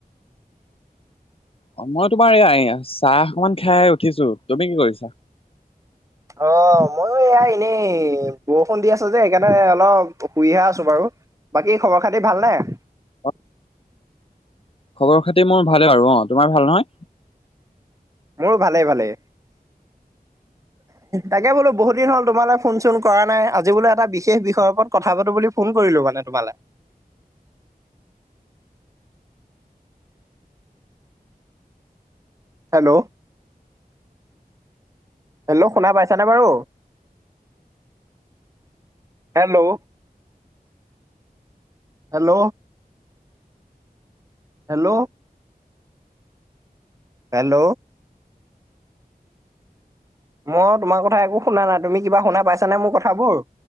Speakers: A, on the left; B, on the right.
A: অ', মই তোমাৰ এই এয়া চাহ অকমান খাই উঠিছো, তুমি কি কৰিছা?
B: অ', ময়ো এ এনেই বৰষুণ দি আছো যে সেইকাৰণে অলপ শুইহে আছো বাৰু। বাকী খবৰ খাতি ভালনেে?
A: অ খবৰ খাতি মোৰ ভালে আৰু অ', তোমাৰ ভাল নহয়?
B: মোৰো ভালেই ভালেই। তাকে বোলো বহুত দিন হ'ল তোমালে ফোন চোন কৰা নাই আজি বোলে এটা বিশেষ বিষয়ৰ ওপৰত কথা পাতো বুলি ফোন কৰিলো মানে তোমালে। হেল্ল'। হেল্ল' শুনা পাইছানে বাৰু? হেল্ল'। হেল্ল'। হেল্ল'। হেল্ল'। মই তোমাৰ কথা একো শুনা নাই, তুমি কিবা শুনা পাইছানে মোৰ কথাবোৰ?